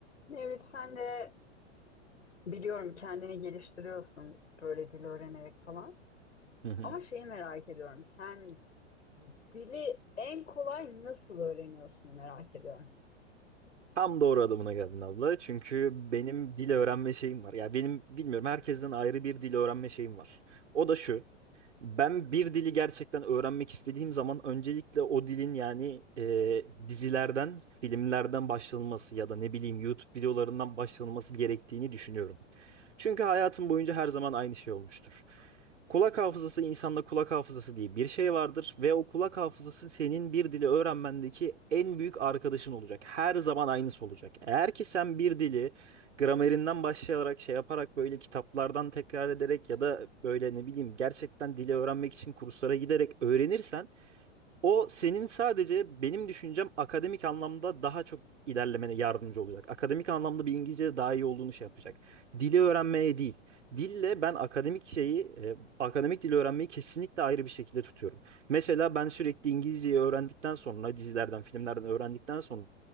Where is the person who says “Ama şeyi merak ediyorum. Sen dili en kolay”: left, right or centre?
Left